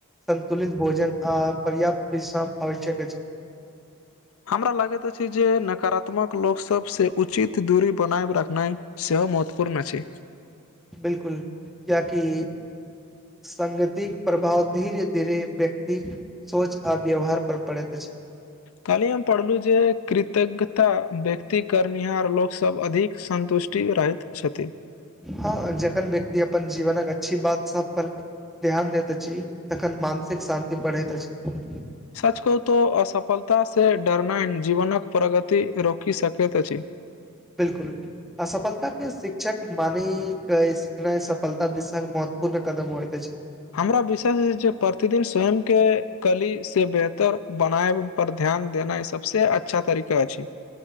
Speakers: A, in the centre; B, on the left (about 70°).
A: सन्तुलित भोजन आ पर्याप्त विष्रााम आवश्यक छै
B: हमरा लागैत अछि छै जे नकारात्मक लोक सब से उचित दूरी बनाय रखनाइ सेहो महत्वपूर्ण अ छि
A: बिलकुल ये किि सगतिक प्रभाव धीरे धीरे व्यक्ति सोच आ व्यवहार पर पड़े त अछि
B: कली हम पढ़लु जे कृतज्ञता व्यक्ति करर्निहार लोक सब अधिक संन्तुष्ट टिन रहैत छथि
A: हँ जखन व्यक्ति अपन जीवनक अच्छी बात सब पर ध्यान दैत अछि तखन मानसिक शान्ति बढ़ैत अछि
B: सच कतो असफलतासँ डरनाइ जीवनके प्रगति रोकि सकैत अछि
A: बिलकुल असफलता के शिक्षक माने के रहि सफलता दिशा महत्वपूर्ण कदम होइत अछि
B: हमरा विश्वष जे प्रतिदिन स्वयं के कली से बेहतर बनायब पर ध्यान देना ई सबसँ अच्छा तरीका छै